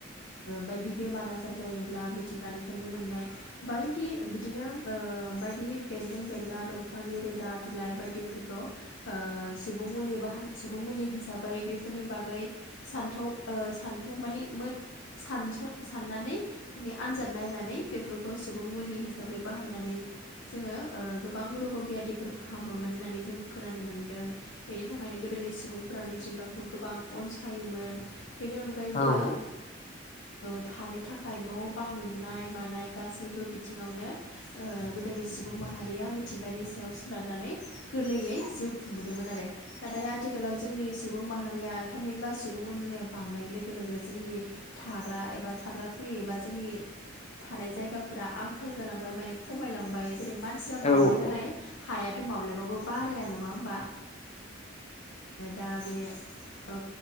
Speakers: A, on the left; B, on the left.
A: बायदि बेमार आजार जायोब्ला बि मिथिंगानिफ्रायनो मोननाय बायदि बिदिनो बायदि बेन्दों बेनला दं बिफांनि रोदा बिलाइ बायदिफोरखौ ओ सुबुं मुलि बाह सुबुं मुलि हिसाबै बेफोरनि बागै सानथाव सानथौ माने सानस साननानै माने आनजाद नायनानै बेफोरखौ सुबुं मुलि हिसाबै बाहायनानै जोङो गोबां रग' बियादिफोर फाहामोमोन होननानै जों खोनानो मोनदों बेनि थाखायनो गोदोनि सुबुंफोरा मिथिंगाखौ गोबां अनसाय थायोमोन बेनि अनगायैबो
B: औ औ।
A: थानो थाखाय न' बां लुनाय मानाय गासैबो बिथिङावनो गोदोनि सुबुं माहारिया मिथिंगानि सायाव सोनारनानै गोरलैयै जिउ खुंबोदोंमोन आरो नाथाय आथिखालाव जोंनि सुबुं माहारिया थामिनबा सुबुं अनजिमाया बांनाय लोगो लोगो जोंनि थाग्रा एबा थाग्रा खुलि एबा जोंनि थानाय जायगाफोरा आंखाल जालांबाय माने खमायलांबाय जेरै मान सिया बांबाय
B: औ।
A: नालाय हायाथ' माब्लाबाबो बाराया नङा होमबा दा बे औ